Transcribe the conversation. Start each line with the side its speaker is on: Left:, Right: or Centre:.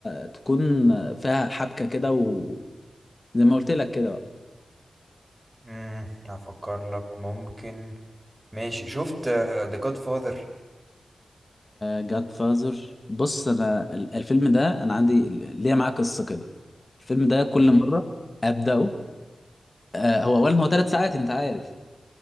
Left: تكون فيها حبكه كده وزي ما قلت لك كده بقى
Right: امم افكر لك ممكن ماشي شفت ذا جاد فاذر
Left: جاد فازر بص انا ال- الفيلم ده انا عندي ليه معاه قصه كده الفيلم ده كل
Right: احكي
Left: مره
Right: لي.
Left: ابداه آه هو اولا هو ثلاث ساعات انت عارف